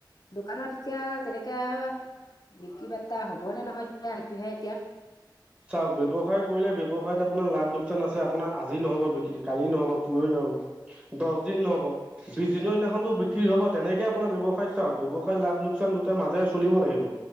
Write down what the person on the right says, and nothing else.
চাওক ব্যৱসায় কৰিলে, ব্যৱসায় এটা আপোনাৰ লাভ লোকচান আছে, আপোনাৰ আজি নহব বিক্ৰী, কালি নহব, পুৰহি নহব দহ দিন নহব, বিচ দিন যিকোনো এদিনাখন টো বিক্ৰী হ'ব। তেনেকৈ আপোনাৰ ব্যৱসায়ত চাওক, ব্যৱসায়ত লাভ লোকচান দুয়োটাৰ মাজেৰে চলিব লাগিব।